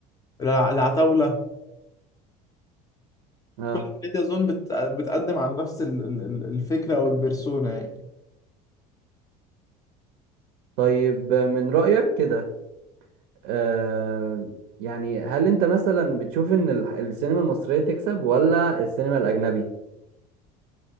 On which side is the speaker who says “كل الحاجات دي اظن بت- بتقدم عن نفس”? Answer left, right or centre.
Left